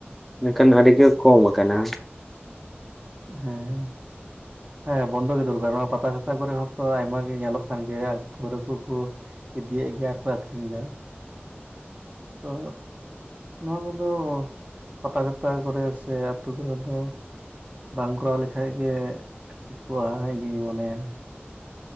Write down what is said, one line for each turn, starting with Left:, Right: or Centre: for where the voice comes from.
Centre: ᱢᱮᱱᱠᱷᱟᱱ ᱟᱹᱰᱤ ᱜᱮ ᱠᱚᱢ ᱟᱠᱟᱱᱟ᱾
Right: ᱦᱮᱸ᱾ ᱦᱮᱸ ᱵᱚᱱᱫᱚ ᱜᱮ ᱫᱚᱨᱠᱟᱨ ᱱᱚᱣᱟ ᱯᱟᱛᱟ ᱪᱷᱟᱛᱟ ᱠᱚᱨᱮ ᱦᱚᱸᱛᱚ ᱟᱭᱢᱟ ᱜᱮ ᱧᱮᱞᱚᱜ ᱠᱟᱱ ᱜᱮᱭᱟ ᱯᱟᱹᱣᱨᱟᱹ ᱠᱩᱠᱩ ᱤᱫᱤᱭᱮᱜ ᱜᱮᱭᱟ ᱟᱨ ᱠᱚ ᱟᱠᱷᱨᱤᱧ ᱫᱟ᱾ ᱚ᱾ ᱱᱚᱣᱟ ᱠᱚᱫᱚ ᱯᱟᱛᱟ ᱪᱷᱟᱛᱟ ᱠᱚᱨᱮ ᱥᱮ ᱟᱹᱛᱩ ᱠᱚᱨᱮ ᱫᱚ ᱵᱟᱝ ᱠᱚᱨᱟᱣ ᱞᱮᱠᱷᱟᱡ ᱜᱮ ᱴᱷᱤᱠᱚᱜᱼᱟ ᱤᱧ ᱦᱚᱸᱧ ᱢᱚᱱᱮᱭᱟ᱾